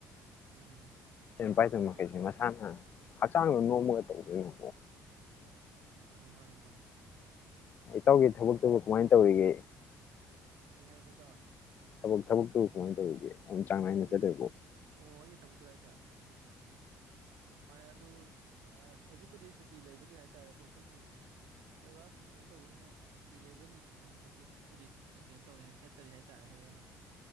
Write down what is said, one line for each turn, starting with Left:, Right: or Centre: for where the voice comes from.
Right: ꯎꯝ
Left: ꯁꯤꯅ ꯄꯥꯏ ꯇ
Right: ꯆꯨꯝꯃꯤ
Left: ꯃꯈ
Right: ꯆꯨꯝꯃꯤ
Left: ꯀꯩꯁꯤꯦ ꯃ ꯁꯅ ꯍꯛꯆꯥꯡꯗ ꯅꯣꯡꯃꯒ ꯇꯧꯗꯣꯏꯅꯣ
Right: ꯍꯅꯃꯥꯟꯗ
Left: ꯑꯩ ꯇꯧꯒꯦ ꯊꯕꯛꯇꯨꯕꯨ ꯀꯃꯥꯏꯅ ꯇꯧꯔꯤꯒꯦ
Right: ꯀꯩ ꯍꯥꯏꯕꯗꯣ
Left: ꯊꯕꯛ ꯊꯕꯛꯇꯨ ꯀꯃꯥꯏꯅ ꯇꯧꯔꯤꯒꯦ ꯑꯗꯨꯝ ꯆꯥꯡ ꯅꯥꯏꯅ
Right: ꯑꯦ ꯑꯩꯒꯤ
Left: ꯆꯠꯂꯤꯕꯣ
Right: ꯊꯛ ꯑꯣ ꯑꯩꯒꯤ ꯊ ꯄꯨꯇꯔꯥꯏ ꯆ ꯑꯗꯨ ꯍꯧꯖꯤꯛꯄꯨꯗꯤ ꯁꯨꯇꯤ ꯂꯩꯕꯒꯤ ꯍꯥꯏ ꯇꯥꯔꯦꯀꯣ ꯑꯩꯈꯣꯏꯒꯤ ꯂꯩꯕꯥꯛꯀꯤ ꯀꯩꯅꯣ ꯇꯧꯕꯅꯤꯅ ꯁꯨꯇꯤ ꯂꯩꯕꯒꯤ ꯈꯤꯇꯪ ꯍꯧꯖꯤꯛꯄꯨꯗꯤ ꯀꯩꯅꯣ ꯇꯧꯔꯤꯦ ꯆꯠꯇꯔꯤ ꯍꯥꯏ ꯇꯥꯔꯦ ꯍꯌꯦꯡ